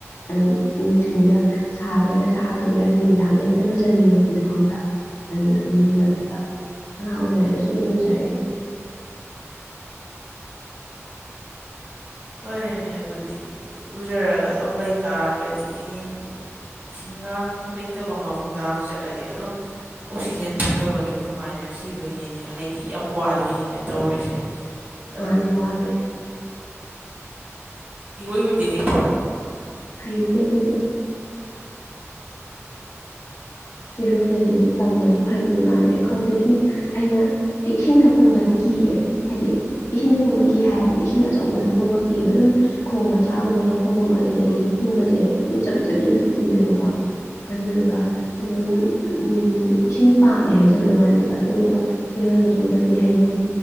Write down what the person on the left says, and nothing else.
ꯑꯗꯨꯝ ꯅꯨꯡꯊꯤꯟꯁꯨ ꯁꯥꯒꯦꯔꯥ ꯁꯥꯔꯣꯏꯒꯦꯔꯥ ꯅꯨꯃꯤꯗꯥꯡꯗ ꯍꯦꯛꯇ ꯂꯨꯖꯅꯤꯡꯉꯛꯄꯗꯣ ꯈꯪꯕ꯭ꯔꯥ ꯑꯗꯨꯅ ꯑꯗꯨꯝ ꯂꯨꯖꯗꯣꯏꯕ ꯑꯉꯥꯡ ꯑꯣꯏꯔꯤꯉꯩꯗꯁꯨ ꯑꯗꯨꯝ ꯂꯨꯖꯔꯛꯏꯦ
ꯃꯥꯅꯦ ꯋꯥꯗꯣꯏꯅꯤ
ꯍꯥꯏꯗꯤ ꯑꯗꯨꯗꯤ ꯏꯔꯣꯏꯕꯁꯤꯗꯤ ꯇꯝꯃꯁꯨ ꯍꯩꯗꯣꯏ ꯃꯥꯟꯅꯗꯦ ꯈꯪꯗꯦ ꯁꯨꯝ ꯑꯩꯅ ꯏꯁꯤꯡꯗ ꯀꯨꯝꯕꯗꯤ ꯀꯤꯌꯦ ꯍꯥꯏꯗꯤ ꯏꯁꯤꯡꯗ ꯀꯨꯝꯕ ꯀꯤ ꯍꯥꯏꯔꯗꯤ ꯏꯁꯤꯡ ꯑꯆꯧꯕꯗꯣ ꯀꯨꯝꯕ ꯀꯤꯕ ꯑꯗꯨꯝ ꯈꯣꯡ ꯃꯆꯥꯒꯨꯝꯕ ꯂꯧꯈꯣꯡꯒꯨꯝꯕ ꯑꯗꯨꯗꯗꯤ ꯀꯨꯝꯕꯁꯦ ꯑꯗꯨꯝ ꯆꯠꯕꯤꯠ ꯆꯥꯕꯤ ꯆꯠꯕꯤꯠ ꯈꯨꯝꯃꯦꯕꯀꯣ ꯑꯗꯨꯗꯨꯒ ꯑꯗꯨꯝ ꯎꯝ ꯏꯁꯤꯡ ꯄꯥꯝꯃꯦ ꯍꯥꯏꯖꯕꯩ ꯋꯥꯅꯦꯕ ꯑꯗꯨꯒꯨꯝꯕ ꯏꯔꯣꯏꯕꯒꯨꯝꯕꯗꯤ ꯍꯩꯇꯦ